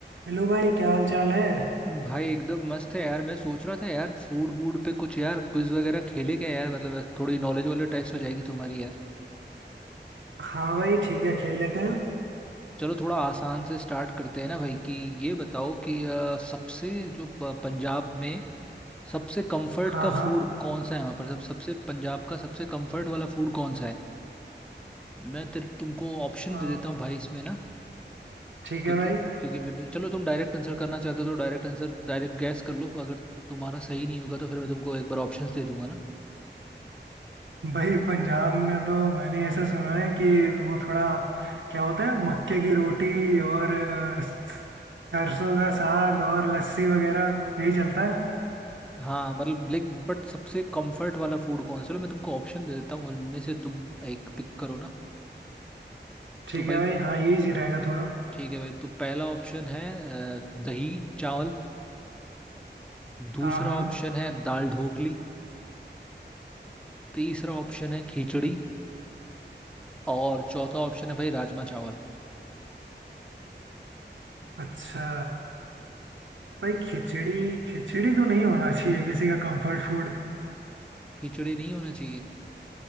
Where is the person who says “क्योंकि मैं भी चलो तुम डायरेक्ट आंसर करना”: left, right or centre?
Centre